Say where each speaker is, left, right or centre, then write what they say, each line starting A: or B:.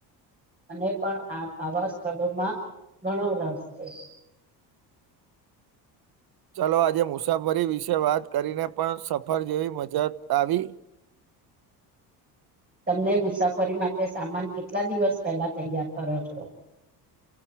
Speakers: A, on the right; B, on the right.
A: અને પણ આ આવા સ્થળોમાં ઘણો રસ છે.
B: ચલો આજે મુસાફરી વિશે વાત કરીને પણ સફર જેવી મજા આવી
A: તમને મુસાફરી માટે સામાન કેટલા દિવસ પહેલા તૈયાર કરો છો <inaudible>